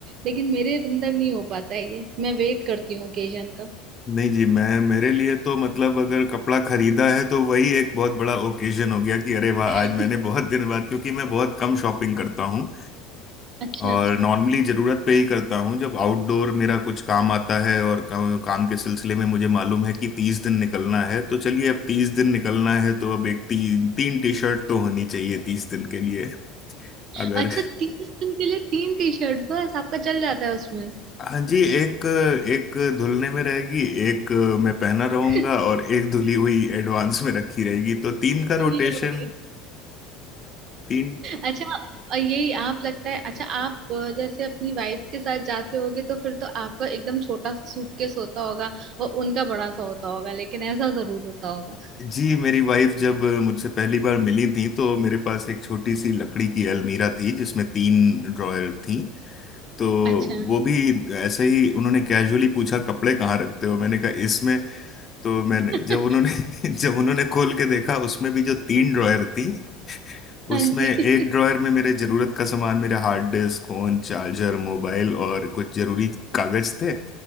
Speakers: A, on the right (about 45°); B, on the left (about 30°).
A: लेकिन मेरे अंदर नहीं हो पाता है ये मैं वेट करती हूँ ओकेजन का
B: नहीं जी मैं मेरे लिए तो मतलब अगर कपड़ा खरीदा है तो वही एक बहुत बड़ा ओकेजन हो गया कि अरे वाह
A: <laughs>
B: आज मैंने बहुत दिन बाद क्योंकि मैं बहुत कम शॉपिंग करता हूँ
A: अच्छा
B: और
A: अच्छा
B: नॉर्मली जरूरत पे ही करता हूँ जब आउटडोर मेरा कुछ काम आता है और का, काम के सिलसिले में मुझे मालूम है कि तीस दिन निकलना है तो चलिए अब तीस दिन निकलना है तो अब एक ती, तीन टी शर्ट तो होनी चाहिए तीस दिन के लिए अगर
A: अच्छा तीस दिन के लिए तीन टी शर्ट बस आपका चल जाता है उसमें
B: हाँ जी एक एक धुलने में रहेगी एक मैं पहना रहूंगा
A: <laughs>
B: और एक धुली हुई एडवांस में रखी रहेगी तो तीन का
A: ये
B: रोटेशन
A: बड़ी
B: तीन
A: अच्छा और ये आप लगता है अच्छा आप अ, जैसे अपनी वाइफ के साथ जाते होगे तो फिर तो आपका एकदम छोटा सा सूटकेस होता होगा और उनका बड़ा सा होता होगा लेकिन ऐसा जरूर होता होगा
B: जी मेरी वाइफ जब मुझसे पहली बार मिली थी तो मेरे पास एक छोटी सी लकड़ी की अलमीरा थी जिसमें तीन ड्रॉयर थी तो
A: अच्छा
B: वो भी ऐसे ही उन्होंने कैजुअली पूछा कपड़े कहाँ रखते हो मैंने कहा इसमें तो मैंने
A: <laughs>
B: जब उन्होंने <laughs> जब उन्होंने खोल के देखा उसमें भी जो तीन ड्रॉयर थी
A: हाँ
B: उसमें
A: जी
B: एक ड्रॉयर में मेरे जरूरत का सामान मेरे hard disk phone charger mobile और कुछ जरूरी कागज थे